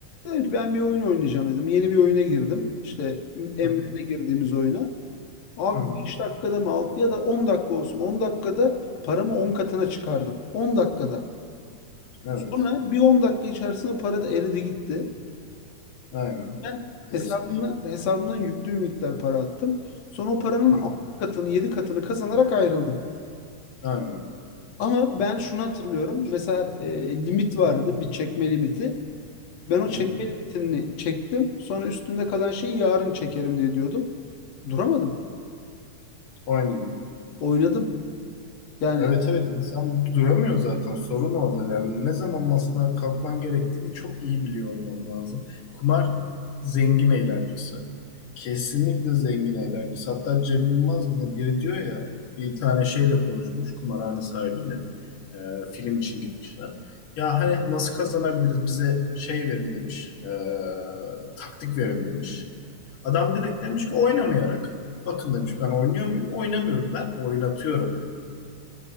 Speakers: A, on the left; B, on the left.
A: Dedim ki ben bir oyun oynayacağım dedim. Yeni bir oyuna girdim. İşte Emre'yle
B: hı hı,
A: girdiğimiz oyuna. Abi
B: hı hı.
A: 5 dakikada mı 6 ya da 10 dakika olsun. 10 dakikada paramı 10 katına çıkardım. 10 dakikada.
B: Evet.
A: Sonra bir 10 dakika içerisinde para da eridi gitti.
B: Aynen.
A: Ben
B: Klasik.
A: hesabımdan, hesabımdan yüklü bir miktar para attım. Sonra o paranın
B: Hı
A: 6
B: hı,
A: katını 7 katını kazanarak ayrıldım.
B: aynen.
A: Ama ben şunu hatırlıyorum. Mesela e, limit vardı, bir çekme limiti. Ben o
B: Hı
A: çekme
B: hı.
A: limitini çektim. Sonra üstünde kalan şeyi yarın çekerim diye diyordum. Duramadım.
B: Oynadım.
A: Oynadım. Yani
B: Evet evet insan duramıyor zaten sorun orada yani ne zaman masadan kalkman gerektiğini çok iyi biliyor olman lazım. Kumar zengin eğlencesi. Kesinlikle zengin eğlencesi. Hatta Cem Yılmaz mı ne biri diyor ya bir tane şeyle konuşmuş kumarhane sahibiyle Ee, film için gitmişler. Ya hani nasıl kazanabiliriz bize şey verin demiş ee, taktik verin demiş. Adam direkt demiş ki oynamayarak. Bakın demiş ben oynuyor muyum? Oynamıyorum ben oynatıyorum.